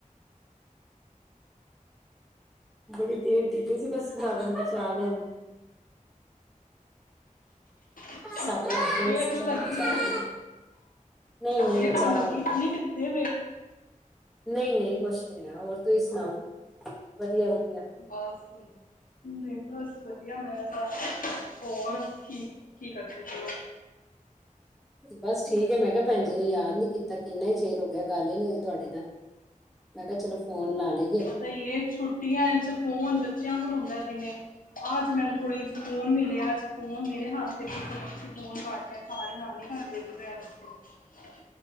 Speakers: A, in the centre; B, on the left.
A: ਬੜੀ ਤੇਜ ਡਿੱਗੀ ਸੀ ਬਸ ਰੱਬ ਨੇ ਬਚਾ ਲਿਆ।
B: ਅੱਛਾ
A: ਸੱਟ ਲੱਗਦੇ
B: ਵੇਖ
A: ਨੀ ਸੀ
B: ਲੋ
A: ਚਲੋ
B: ਲੱਗੀ
A: ਬਚਾਏ
B: ਤੇ ਨੀ।
A: ਨਹੀਂ ਨਹੀਂ
B: ਵੇਖ
A: ਬਚਾਅ
B: ਲਓ ਲੱਗੀ
A: ਹੋ ਗਿਆ
B: ਤੇ
A: ਬਚਾਅ
B: ਨਹੀਂ ਕਿਤੇ।
A: ਨਹੀਂ- ਨਹੀਂ ਕੁਛ ਨਹੀਂ ਹੈਆ ਹੋਰ ਤੁਸੀਂ ਸੁਣਾਓ? ਵਧੀਆ- ਵਧੀਆ।
B: ਹੋਰ ਥੋੜੀ ਨਹੀਂ ਬਸ ਵਧੀਆ ਮੈਂ ਹੋਰ ਕੀ- ਕੀ ਕਰਦੇ ਪਏ ਉਹ?
A: ਬਸ ਠੀਕ ਹੈ ਮੈਂ ਕਿਹਾ ਭੈਣ ਜੀ ਨੇ ਯਾਦ ਨੀ ਕੀਤਾ ਕਿੰਨਾ ਹੀ ਚਿਰ ਹੋ ਗਿਆ ਗੱਲ ਹੀ ਨੀ ਹੋਈ ਤੁਹਾਡੇ ਨਾਲ। ਮੈਂ ਕਿਹਾ ਚਲੋ ਫੋਨ ਲਾ ਲਏ ਗਏ।
B: ਤਾਂ ਇਹ ਛੁੱਟੀਆਂ ਚ ਫੋਨ ਬੱਚਿਆਂ ਕੋਲ ਹੁੰਦਾ ਜਿੰਨੇ ਹੈ, ਆਜ ਮੈਨੂੰ ਥੋੜੀ। ਫੋਨ ਮਿਲਿਆ ਅੱਜ। ਫੋਨ ਮੇਰੇ ਹੱਥੇ ਫੋਨ ਕਰ ਲਿਆ ਸਾਰੇ ਨਾਨੀ ਘਰ ਗਏ ਰਹਿਣ ਆਸਤੇ।